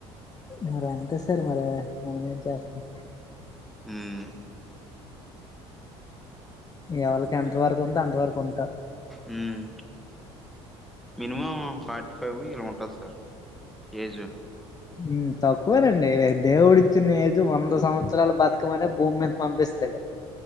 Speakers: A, on the left (about 30°); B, in the centre.
A: మరి అంతే సార్ మరి మనమేం చేస్తాం
B: ఉమ్మ్
A: ఎవలికి ఎంత వరకు ఉందో అంత వరకు ఉంటా
B: మ్మ్ మినిమం ఫార్టీ ఫైవ్ ఇలా ఉంటుంది సార్ ఏజ్
A: మ్ తక్కువేనండి దేవుడు ఇచ్చిన ఏజు వంద సంవత్సరలు బతకమనే భూమి మీద పంపిస్తాడు